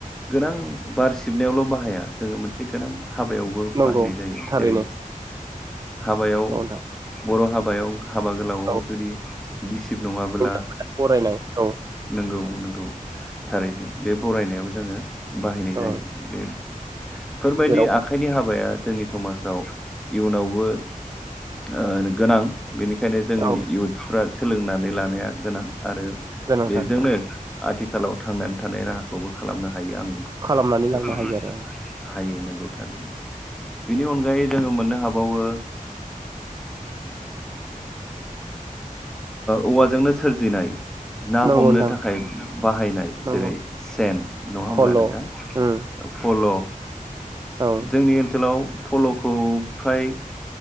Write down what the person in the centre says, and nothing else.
गोनां बार सिबनायावल' बाहाया जोङो मोनसे गोनां हाबायावबो
बाहायनाय जायो
जेरै- हाबायाव
बर' हाबा बायं हाबा गोलावाव
जुदि गिसिब नङाब्ला
नंगौ। नंगौ थारैनो बे बरायनायाव जोङो बाहायनाय
जायो बे फोरबायदि
आखाइनि हाबाया जोंनि समाजाव इयुनावबो ओ गोनां बेनिखायनो जोंनि
इउथ्सफ्रा सोलोंनानै लानाया गोनां। आरो
बेजोंनो
आथि खालाव थांनानै थानाय राहाखौबो खालामनो हायो आं
बेखौ
हायो नंगौथारैनो। बेनि अनगायै जोङो मोननो हाबावो ओ औवाजोंनो सोरजिनाय ना
हमनो
थाखाय बाहायनाय
जेरै सेन नङा
होमब्ला नोंथां
फल'
जोंनि ओनसोलाव फल'खौ फ्राय